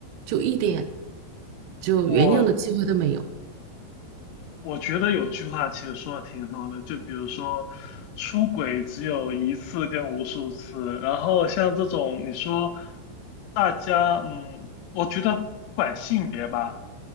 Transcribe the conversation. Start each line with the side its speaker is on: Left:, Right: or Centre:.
Right: 就一点就原谅的机会都没有。
Left: 我我觉得有句话其实说的挺好的，就比如说出轨只有一次跟无数次，然后像这种你说大家，嗯，我觉得不管性别吧，